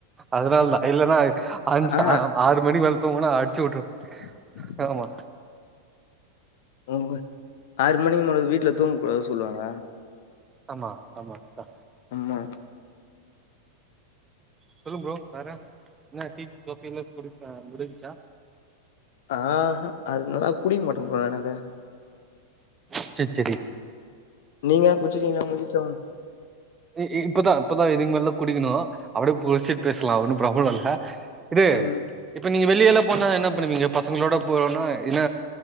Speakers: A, on the right; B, on the left.
A: அதனால தா இல்லனா அஞ்ச்
B: ஆ
A: ஆறு மணிக்கு மேல துங்கனா அடிச்சி வுட்ரு
B: ம்
A: ஆமா
B: உங்க ஆறு மணிக்கு மேல வீட்ல தூங்க கூடாது சொல்லுவாங்க
A: ஆமா ஆமா அதா
B: ஆமா
A: சொல்லு ப்ரோ வேற என்ன டீ காபி எல்லா குடி அ முடிஞ்ச்சா
B: ஆ ஹா அதுனெல்லா குடிக்க மாட்ட ப்ரோ நானது
A: செர் செரி
B: நீங்க குட்ச்சிட்டு வந்த மாரிச்சா
A: இ இப்பதா இப்பல்லா இதுக்கு மேல்லா குடிக்கனு அப்படே குளிச்சிட்டு பேஸ்லா ஒன்னு பிர்பளம் இல்ல இது
B: ம்
A: இப்ப நீங்க வெளிய எல்லா போனா என்ன பண்ணுவீங்க பசங்களோட போறோனா என்ன